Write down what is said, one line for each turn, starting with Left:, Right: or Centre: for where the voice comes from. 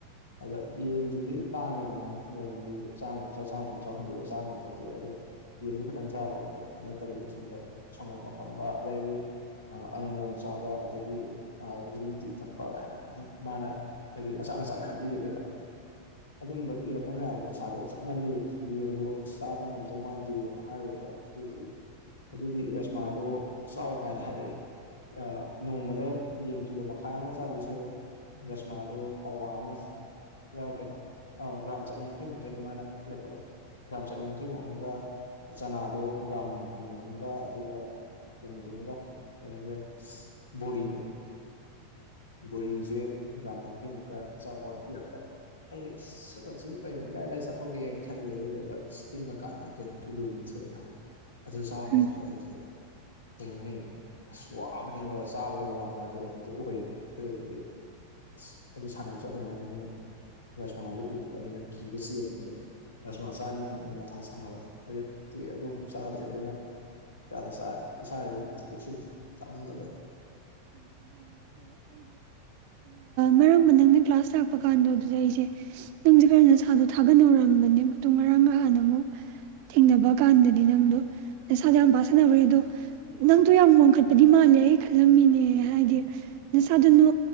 Left: ꯑꯗ ꯌꯦꯟꯁꯤꯗꯤ ꯇꯥꯡꯉꯤꯗꯅ ꯅꯣꯡꯃꯒꯤ ꯆꯥꯝꯃ ꯀꯨꯟꯊ꯭ꯔꯥ ꯆꯥꯝꯃ ꯀꯨꯟꯊ꯭ꯔꯥ ꯍꯨꯟꯗꯣꯛꯑꯒ ꯆꯥꯝꯉꯝꯣꯠꯇꯦ ꯑꯗꯣ ꯌꯦꯟꯗꯨ ꯈꯤꯇꯪ ꯆꯥꯔ ꯇꯣꯛꯄ꯭ꯔꯥ ꯅꯠꯇꯕꯤ ꯑꯁꯣꯝꯗ ꯁꯪꯒꯣꯝ ꯑꯐꯝꯕ ꯑꯗꯒꯤ ꯑꯜꯃꯣꯟ ꯆꯥꯕ ꯑꯗꯒꯤ ꯒ꯭ꯔꯤꯟ ꯇꯤ ꯊꯛꯄ ꯀꯥꯏꯅ ꯃꯌꯥꯝ ꯃꯥꯅ ꯍꯥꯏꯗꯤ ꯃꯆꯥ ꯃꯆꯥ ꯃꯌꯥꯝ ꯏꯔꯛꯑꯦꯕ ꯑꯗꯨꯝꯕ ꯏꯔꯛꯄ ꯃꯌꯥꯝꯗꯣ ꯄꯩꯁꯥꯗꯣ ꯆꯠꯃꯜꯂꯤ ꯌꯦꯟꯗꯣ ꯆꯥꯕ ꯉꯝꯗꯧ ꯃꯥꯟꯗꯦꯅ ꯍꯥꯏꯔꯨꯕ ꯑꯗꯨꯗꯒꯤ ꯑꯗꯨꯗꯤ ꯔꯁꯃꯥꯗꯣ ꯆꯥꯎ ꯀꯥꯏꯅ ꯍꯥꯏꯔꯛꯑꯦ ꯅꯣꯡꯃꯗ ꯌꯦꯟ ꯀꯤꯂꯣ ꯃꯈꯥꯏ ꯑꯃ ꯆꯥꯗꯣꯏ ꯁꯔꯨꯛ ꯔꯁꯃꯥꯗꯣ ꯄꯋꯥ ꯑꯃꯔꯥ ꯀꯩꯅꯣ ꯑꯥ ꯒ꯭ꯔꯥꯝ ꯆꯅꯤꯌꯥꯡꯈꯩꯃꯨꯛꯇꯅꯤ ꯃꯥꯅ ꯏꯔꯛꯄꯗꯣ ꯒ꯭ꯔꯥꯝ ꯆꯅꯤꯌꯥꯡꯈꯩꯃꯨꯝꯒ ꯆꯅꯥꯗꯣ ꯒ꯭ꯔꯥꯝ ꯍꯨꯝꯐꯨꯃꯒ ꯑꯗꯨꯒ ꯀꯩꯅꯣꯗꯨ ꯑꯃꯒ ꯀꯩꯅꯣꯗꫭꯁ ꯕꯣꯔꯤꯗꯣ ꯕꯣꯔꯤꯖ‌ꯦ ꯒ꯭ꯔꯥꯝ ꯌꯥꯡꯈꯩꯃꯨꯛꯀ ꯆꯥꯎꯋꫭꯅ ꯏꯔꯛꯄ ꯑꯩ ꯑꯁ ꯁꯕꯛꯁꯤꯕꯨ ꯀꯩꯅꯣ ꯏꯔꯥꯏ ꯂꯥꯏ ꯆꯥꯊꯣꯛꯀꯦꯅ ꯈꯜꯂꯤ ꯑꯗꯨꯗꯨꯒ ꯑꯁ ꯇꯤꯡꯉꯀꯥꯟꯗꯗꯤ ꯀꯩꯅꯣ ꯀꯤꯂꯣꯃꯨꯛ ꯊꯣꯛꯑꯦ ꯍꯥꯏꯕ ꯑꯗꯨ ꯆꯥꯕꯁꯤꯗ
Right: ꯎꯝ
Left: ꯑꯩꯁꯦ ꯀꯅꯤ ꯑꯁ ꯋꯥꯕꯅꯦꯕ ꯆꯥꯕꯗ ꯋꯥꯕ ꯍꯥꯏꯗꯣ ꯑꯗꯨꯗ ꯑꯣꯏꯌꯦꯕ ꯑꯗꯨꯗꯒꯤ ꯑꯁ ꯑꯗꯨ ꯁꯥꯟꯅꯕ ꯆꯠꯂꯤꯉꯥꯏ ꯃꯅꯨꯡ ꯔꯁꯃꯥꯥꯁꯦ ꯎꯕꯗ ꯑꯩꯅ ꯀꯤꯕ ꯆꯦꯟꯕꯁꯦ ꯔꯁꯃꯥ ꯆꯥꯅꯤ ꯈꯟꯕꯅ ꯃꯊꯥ ꯁꯥꯕꯅꯦ ꯍꯧꯖꯤꯛꯇꯤ ꯑꯗꯨ ꯑꯃꯨꯛ ꯆꯥꯗ꯭ꯔꯦ ꯑꯗꯨꯅꯗ ꯆꯥꯔ ꯏꯁꯥꯁꯨ ꯄꯤ ꯄꯤꯛꯁꯤꯜꯂꯤ ꯀꯃꯟꯗꯕ
Right: ꯃꯔꯛꯃꯥ ꯅꯪꯅ ꯀ꯭ꯂꯥꯁ ꯂꯥꯛꯄ ꯀꯥꯟꯗꯣ ꯑꯗꯨꯗ ꯑꯩꯁꯦ ꯅꯪꯁꯦ ꯈꯔ ꯅꯁꯥꯗꯣ ꯊꯥꯒꯠꯅꯥꯑꯔꯝꯕꯅꯦꯕ ꯑꯗꫭ ꯉꯔꯥꯡ ꯅꯍꯥꯟꯅ ꯑꯃꯨꯛ ꯊꯦꯡꯅꯕ ꯀꯥꯟꯗꯗꯤ ꯅꯪꯗꯣ ꯅꯁꯥꯗꯣ ꯌꯥꯝ ꯄꯥꯁꯟꯅꯅꯕꯦ ꯑꯗꯣ ꯅꯪꯗꯣ ꯌꯥꯝ ꯋꯥꯡꯈꯠꯄꯗꯤ ꯃꯥꯜꯂꯦ ꯑꯩ ꯈꯜꯂꯝꯃꯤꯅꯦ ꯍꯥꯏꯗꯤ ꯅꯁꯥꯗꯅꯨ